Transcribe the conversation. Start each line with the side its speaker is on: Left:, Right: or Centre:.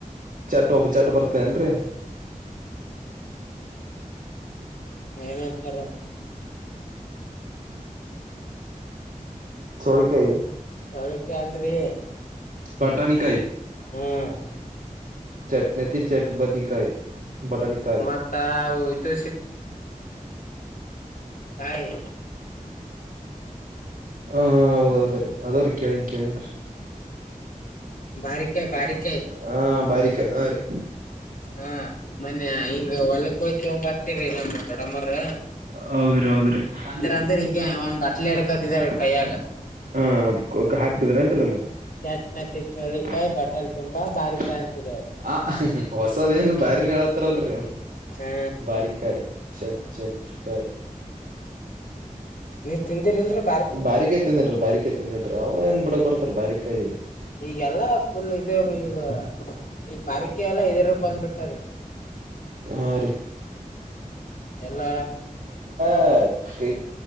Right: ಚಟ್ ಒಬ್ಬ ಚಟ್ ಬರ್ತೇನ್ರಿ
Left: ಅನತರ
Right: ಚೋಳ ಕಾಯ
Left: ಹಳಕ್ಕೆ ಅಲ್ರರಿ
Right: ಬಟಾಣಿ ಕಾಯ
Left: ಹ್ಮ್
Right: ಚಟ್ನತಿ ಚಟ್ ಬಧಿಕಾಯ ಬಟಾಟಿಕ
Left: ಮತ್ತ ಅವು ಇದು ಕಾಯ
Right: ಹ ಹಾ ಹೌದ್ದ್ರೀ ಅದಾವ್ರಿ ಕೇಳನ್ ಕೇಳನ್ರಿ
Left: ಬಾರಿಕಾಯಿ
Right: ಬಕ ಬಾರಕ
Left: ಬಾರಿಕಾಯಿ
Right: ಹಾ ಬಾರಿಕ ಹಾ ರೀ
Left: ಹಾ ಮನ್ನೆ ಹಿಂಗ ಹೊಲಕ್ ಹೋಗಿ ತಗೊಂಡ್ ಬರ್ತಿರಿ ನಮ್ಮ ದೊಡ್ಡಮ್ಮವ್ರ
Right: ಹೌದ್ರೀ ಹೌದ್ರ ಬಂದ್ರ
Left: ಅಂದ್ರ
Right: ಅಂದ್ರೆ
Left: ಹಿಂಗೆ
Right: ಹಿಂಗಗೆ ಒಂದ್ ಬಟ್ಲೆ
Left: ಹಿಡ್ಕತಿದಾರ
Right: ಎಡಕತ
Left: ಕೈಯಾಗ
Right: ಕೈಯ ಹಾ ಹಾಕ್ತಿದ್ರ ಅನ್ರಿ ನಮಗ್
Left: ಚಟ್ನತಿ
Right: <unintelligible>
Left: ಚೋಳಿಕಾಯಿ ಬಟಲ್ ತುಂಬಾ ಬಾರಿಕಾಯಿ ಅಂತಿದಾರ
Right: ಹೊಸದ ಏನ್ ಬಾರಿನ ಹೇಳತ್ತಾರಲ್ರಿ
Left: ಹಾ
Right: ಬಾರಕಾಯ್ ಚಟ್ ಚೆಟ್ಕಾಯ್
Left: ನೀವ್ ತಿಂದಿರಿಲ್ರಿ
Right: ಬಾರಿಕಾಯಿ ತಿಂದೇನ್ರರಿ ಬಾರಿಕಾಯಿ ತಿಂದೇನ್ರೀ ಅವ್ ಹೆಂಗ ಬಿಡಕ್ ಬರ್ತಾರ ಬಾರಿಕಾಯಿ
Left: ಈಗೆಲ್ಲಾ ಫುಲ್ ಇದ್ರ ಈಗ ಈಗ ಬಾರಕೆ ಎಲ್ಲಾ ಇದರು ಬಂದ್ಬಿಟ್ಟಾರೀ
Right: ಹಾ ರೀ
Left: ಎಲ್ಲ
Right: <unintelligible> ಕ